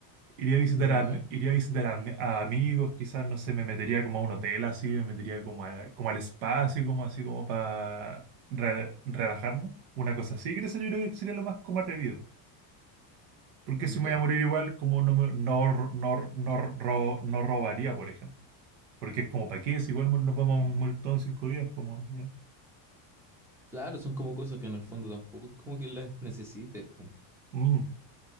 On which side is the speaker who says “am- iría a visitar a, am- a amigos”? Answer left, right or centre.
Right